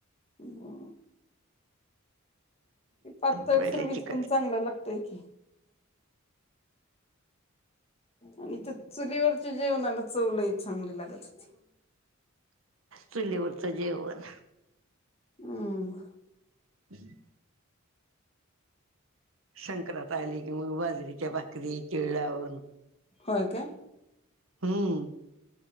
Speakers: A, on the left; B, on the right.
A: हो ते पातळ
B: पहिल्याची
A: खरबीज
B: कधी
A: पण चांगला लागतोय की आणि त्या चुलीवरच्या जेवणाला चवलई चांगली लागती
B: चुलीवरच जेवण
A: हम्म
B: <inaudible> संक्रांत आली कि मग बाजरीच्या भाकरी तिळ लावून
A: होय का?
B: हम्म